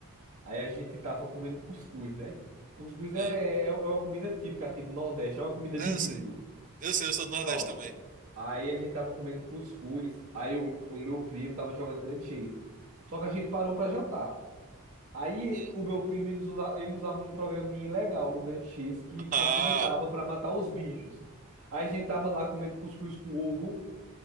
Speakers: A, on the right (about 75°); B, on the right (about 35°).
A: Aí a gente tava comendo cuscuz, né? Cuscuz é,
B: Ah,
A: é, é uma comida típica aqui do Nordeste, é uma comida
B: é,
A: de milho.
B: eu sei. Eu sei, eu sou do
A: Pronto.
B: Nordeste também.
A: Aí a gente tava comendo cuscuz, aí o, o meu primo tava jogando grande Chase. Só que a gente parou pra jantar. Aí
B: Hum.
A: o
B: <laughs>
A: meu primo, ele usava, ele usava um programinha legal no grande Chase que
B: Ah,
A: facilitava pra matar os bichos. Aí a gente tava lá comendo cuscuz com ovo.